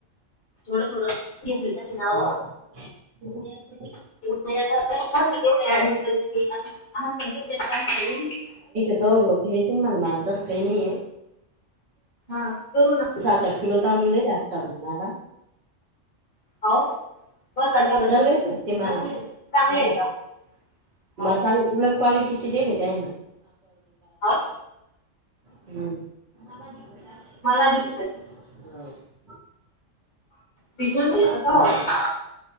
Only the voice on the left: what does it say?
थोडं थोडं घेतल त्याची नाव...
<unintelligible>
हा करू ना.
<unintelligible>
हो
हो.
मला बी- बिजल बोलायचं
का
होता